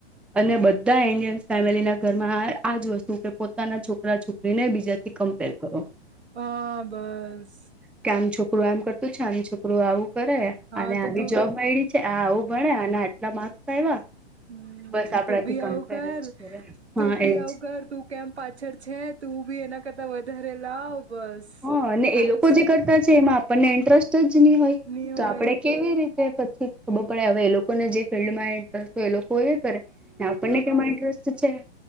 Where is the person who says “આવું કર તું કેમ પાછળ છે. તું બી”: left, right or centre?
Right